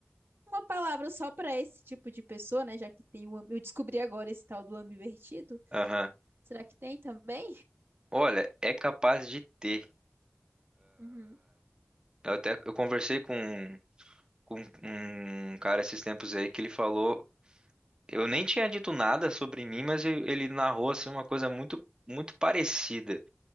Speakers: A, on the right (about 60°); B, on the right (about 20°).
A: uma palavra só para esse tipo de pessoa, né? Já que tem o. am- Eu descobri agora esse tal do ambivertido.
B: Aham.
A: Será que tem também?
B: Olha, é capaz de ter.
A: Uhum,
B: Eu até, eu conversei com, com um cara esses tempos aí que ele falou, eu nem tinha dito nada sobre mim, mas eu- ele narrou, assim, uma coisa muito, muito parecida.